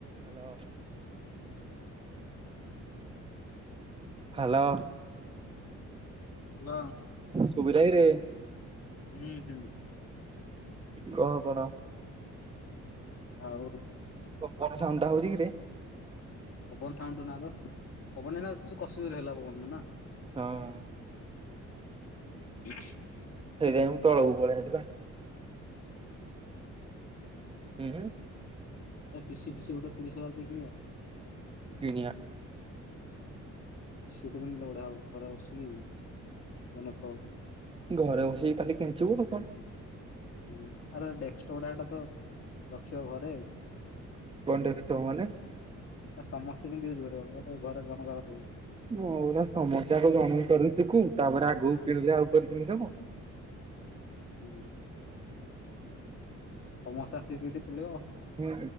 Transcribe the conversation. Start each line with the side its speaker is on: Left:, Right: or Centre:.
Right: Hello hello.
Left: Hello.
Right: ସୁବିଲା କିରେ?
Left: ହୁଁ ହୁଁ।
Right: କହ କଣ?
Left: ଆଉ
Right: ପବନ ସାଉଣ୍ଡ ଟା ହଉଚି କିରେ?
Left: ପବନ ସାଉଣ୍ଟୁ ନା ତ ପବନ ଟା ଏନା କ କସିକି ଜୋରେ ହେଲା ପବନ ଟା ନା?
Right: ହଁ।
Left: ହ
Right: ସେଇଥିପାଇଁ ମୁଁ ତଳକୁ ପଳେଇଆଇଲି ପା।
Left: ହୁଁ।
Right: ହୁଁ?
Left: ଆ ପିସି ଫିସି ଗୋଟେ ତିରିଶ ହଜାର ଦେଇକି କିଣିଆ?
Right: କିଣଆ
Left: ପି ସି ଗୋଟେ କିଣିିଲ ବଢଆ ହବ ଘରେ ବସିକି ବନଥ
Right: ଘରେ ବସିକି ଖାଲି କେଞ୍ଚିବୁ ଆଉ କଣ।
Left: ହୁଁ ଆରେ ଡେକଷ୍ଟପ ଟା ହେଟା ତ ରଖିବ ଘରେ।
Right: କଣ ଡିଷ୍ଟପ ମାନେ
Left: ଆ ସମସ୍ତେ କେମିତି ୟୁଜ୍ କରିବ ଘର ଘରେ ଜଣକାର ରହିବ
Right: ମୁଁଉଟା ସମସ୍ୟାକୁ ଜଣେଇ ପାରୁଛିି କୁ ତାପରେ ଆଗକୁ କିଣିଲେ ଆଉ କରିଦେଲିି ସବ
Left: ହୁଁ ସମସ୍ତେ ଆସିକି ଟିକ ଟିକେ ଚଳେଇବ
Right: ହୁଁ